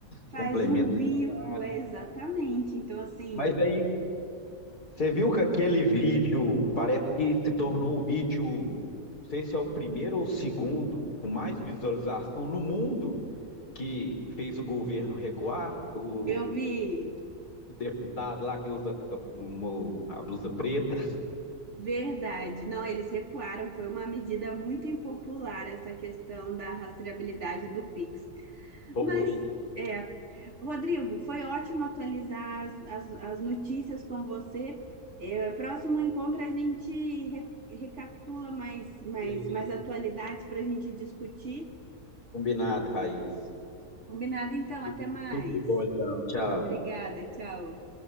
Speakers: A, on the right (about 45°); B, on the left (about 70°).
A: Faz
B: Complemento
A: um bico,
B: o salário.
A: é, exatamente. Então, assim,
B: Mas aí, você viu que aquele vídeo parece que se tornou o vídeo, não sei se é o primeiro ou o segundo, com mais visualização no mundo que fez o governo recuar, o
A: eu vi,
B: deputado lá que usa a- blusa preta.
A: verdade. Não, eles recuaram. Foi uma medida muito impopular essa questão da rastreabilidade do Pix.
B: Foi,
A: Mas, é, Rodrigo, foi ótimo atualizar as, as, as notícias com você. É, próximo encontro a gente re- recapitula mais, mais,
B: beleza.
A: mais atualidades para a gente discutir.
B: Combinado, Raíssa.
A: Combinado, então.
B: Tudo,
A: Até mais.
B: tudo de bom, então. Tchau.
A: Obrigada, tchau.